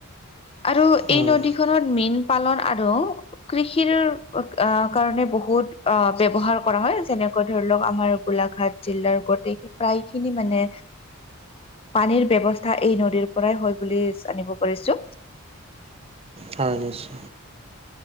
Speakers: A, on the left; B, on the right.
A: আৰু এই
B: উম,
A: নদীখনত মীন পালন আৰু কৃষিৰ অ', কাৰণে বহুত অ, বেৱহাৰ কৰা হয় যেনেকৈ ধৰি লওক আমাৰ গোলা লাঘাট জিলাৰ গোটেই প্ৰায় খিনি মানে পানীৰ ব্যা কথা এই নদীৰ পৰাই হয় বুলি জানিব পাৰছো।
B: হয়, নিশ্চয়।